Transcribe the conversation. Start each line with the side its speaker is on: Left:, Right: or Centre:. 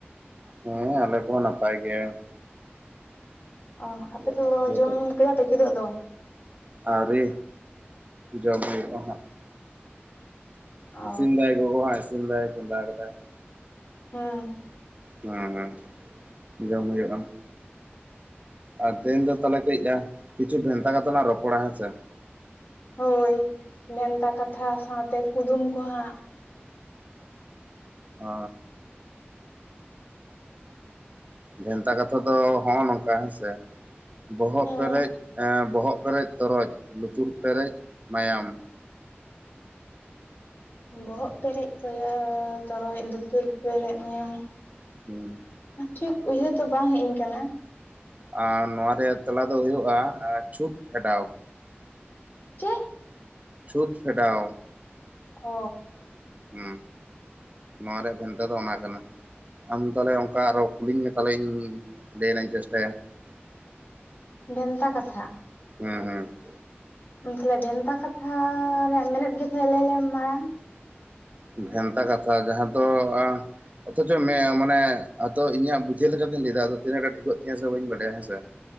Right: ᱦᱮᱸᱟᱞᱮ ᱠᱚᱦᱚᱸ ᱱᱟᱯᱟᱭ ᱜᱮ ᱾
Left: ᱚᱻ ᱟᱯᱮ ᱫᱚ
Right: ᱦᱟᱸᱜ ᱡᱚᱛᱚ
Left: ᱡᱚᱢ ᱠᱮᱫᱟ ᱯᱮ ᱠᱤᱫᱚᱜ ᱫᱚ?
Right: ᱟᱹᱣᱨᱤ ᱡᱚᱢ ᱦᱩᱭᱩᱜᱼᱟ ᱦᱟᱸᱜ ᱾
Left: ᱚ
Right: ᱤᱥᱤᱱ ᱫᱟᱭ ᱜᱚᱜᱚ ᱦᱟᱸᱜ ᱤᱥᱤᱱ ᱫᱟᱭ ᱪᱚᱸᱫᱟ ᱟᱠᱟᱫᱟᱭ ᱾
Left: ᱦᱮᱸ ᱾
Right: ᱦᱮᱸ, ᱦᱮᱸ, ᱡᱚᱢ ᱦᱩᱭᱩᱜᱼᱟ ᱾ ᱟᱨ ᱛᱮᱦᱮᱧ ᱫᱚ ᱛᱟᱦᱚᱞᱮ ᱠᱟᱹᱡ ᱠᱤᱪᱷᱩ ᱵᱷᱮᱱᱛᱟ ᱠᱟᱛᱷᱟ ᱞᱟᱝ ᱨᱚᱯᱚᱲᱟ ᱾ ᱦᱮᱸᱥᱮ?
Left: ᱦᱳᱭ, ᱵᱷᱮᱱᱛᱟ ᱠᱟᱛᱷᱟ ᱥᱟᱶᱛᱮ ᱠᱩᱫᱩᱢ ᱠᱚ ᱦᱟᱸᱜ ᱾
Right: ᱚ ᱾ ᱵᱷᱮᱱᱛᱟ ᱠᱟᱛᱷᱟ ᱫᱚ ᱦᱚᱸᱜᱼᱚᱭ ᱱᱚᱝᱠᱟ ᱦᱮᱸ ᱥᱮ ᱵᱚᱦᱚᱜ
Left: ᱦᱮᱸ
Right: ᱯᱮᱨᱮᱡ ᱵᱚᱦᱚᱜ ᱯᱮᱨᱮᱡ ᱛᱚᱨᱚᱡ ᱞᱩᱛᱩᱨ ᱯᱮᱨᱮᱡ ᱢᱟᱭᱟᱢ
Left: ᱵᱚᱦᱚᱜ ᱯᱮᱨᱮᱡ ᱠᱚᱭᱚᱜ ᱛᱚᱨᱚᱡ ᱞᱩᱛᱩᱨ ᱯᱮᱨᱮᱡ ᱢᱟᱭᱟᱝ
Right: ᱦᱩᱸ ᱾
Left: ᱴᱷᱤᱠ ᱩᱭᱦᱟᱹᱨ ᱫᱚ ᱵᱟᱝ ᱦᱮᱡ ᱟᱹᱧ ᱠᱟᱱᱟ ᱾
Right: ᱟᱨ ᱱᱚᱣᱟ ᱨᱮᱭᱟᱜ ᱛᱮᱞᱟ ᱫᱚ ᱦᱩᱭᱩᱜᱼᱟ ᱪᱷᱩᱛ ᱯᱷᱮᱰᱟᱣ ᱾
Left: ᱪᱮᱫ?
Right: ᱪᱷᱩᱛ ᱯᱷᱮᱰᱟᱣ ᱾
Left: ᱚ ᱾
Right: ᱦᱩᱸ, ᱱᱚᱣᱟ ᱨᱮᱭᱟᱜ ᱵᱷᱮᱱᱛᱟ ᱫᱚ ᱚᱱᱟ ᱠᱟᱱᱟ ᱾ ᱟᱢ ᱛᱟᱦᱚᱞᱮ ᱚᱱᱠᱟ ᱟᱨᱚᱸ ᱠᱩᱞᱤᱧ ᱢᱮ, ᱛᱟᱦᱚᱞᱮᱧ ᱞᱟᱹᱭᱱᱟᱧ ᱪᱮᱥᱴᱟᱭᱟ ᱾ <inaudible>
Left: ᱵᱷᱮᱱᱛᱟ ᱠᱟᱛᱷᱟ ᱾
Right: ᱦᱮᱸ, ᱦᱮᱸ ᱾
Left: ᱛᱟᱦᱚᱞᱮ ᱵᱷᱮᱱᱛᱟ ᱠᱟᱛᱷᱟ ᱨᱮᱭᱟᱜ ᱢᱮᱱᱮᱫ ᱜᱮ ᱛᱟᱦᱚᱞᱮ ᱞᱟᱹᱭ ᱞᱮᱢ ᱢᱟᱲᱟᱝ?
Right: ᱵᱷᱮᱱᱛᱟ ᱠᱟᱛᱷᱟ ᱡᱟᱦᱟᱸ ᱫᱚ ᱚᱛᱷᱚᱪᱚ ᱢᱮ ᱢᱟᱱᱮ ᱦᱚᱭᱛᱚ ᱤᱧᱟᱹᱜ ᱵᱩᱡᱷᱟᱹᱣ ᱞᱮᱠᱟ ᱞᱮᱠᱟᱛᱮᱧ ᱞᱟᱹᱭ ᱮᱫᱟ, ᱟᱫᱚ ᱛᱤᱱᱟᱹᱜ ᱜᱟᱱ ᱴᱷᱤᱠᱚᱜ ᱛᱤᱧᱟᱹ ᱥᱮ ᱵᱟᱹᱧ ᱵᱟᱰᱟᱭᱟ ᱾ ᱦᱮᱸ ᱥᱮ? <inaudible>